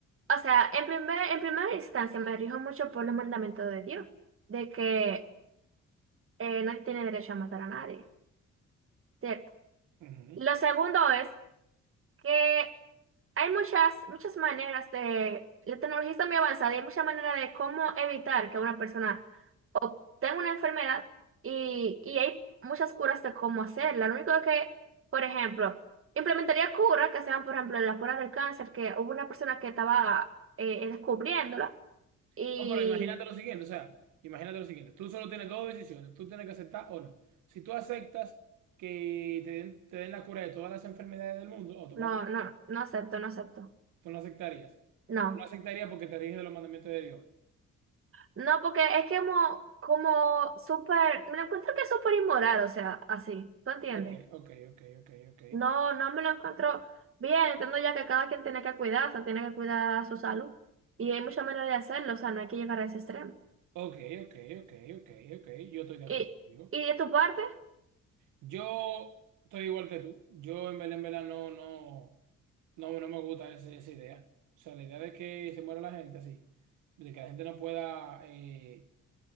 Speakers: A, on the right; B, on the right.
A: o sea, en primer, en primera instancia me rijo mucho por los mandamientos de Dios, de que eh, nadie tiene derecho a matar a nadie, ¿cierto?
B: Ujú.
A: Lo segundo es que hay muchas, muchas maneras de, la tecnología está muy avanzada y hay muchas maneras de cómo evitar que una persona tengo una enfermedad y, y hay muchas curas de cómo hacerla. Lo único que, por ejemplo, implementaría curas que sean, por ejemplo, la cura del cáncer, que hubo una persona que estaba eh, eh, descubriéndola y
B: No, pero imagínate lo siguiente, o sea, imagínate lo siguiente, tú solo tienes dos decisiones, tú tienes que aceptar o no. Si tú aceptas que te den, te den la cura de todas las enfermedades del mundo, automáticamente
A: no, no, no acepto, no acepto.
B: tú no aceptarías.
A: No,
B: Tú no aceptarías porque te riges de los mandamientos de Dios.
A: no, porque es que como, como súper, me lo encuentro que es súper inmoral, o sea, así, ¿tú entiendes?
B: Ok, ok, ok, ok, ok.
A: No, no me lo encuentro bien, entiendo ya que cada quien tiene que cuidarse, tiene que cuidar su salud y hay muchas maneras de hacerlo, o sea, no hay que llegar a ese extremo.
B: Ok, ok, ok, ok, ok. Yo estoy de acuerdo
A: Y,
B: contigo.
A: y de tu parte,
B: Yo estoy igual que tú. Yo en verdad, en verdad, no, no, no, no me gusta ese- esa idea. O sea, la idea de que se muera la gente así, de que la gente no pueda... eh,